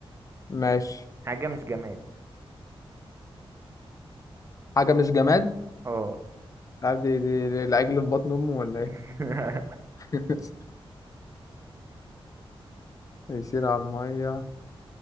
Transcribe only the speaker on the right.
حاجة مش جماد
اه
<laughs>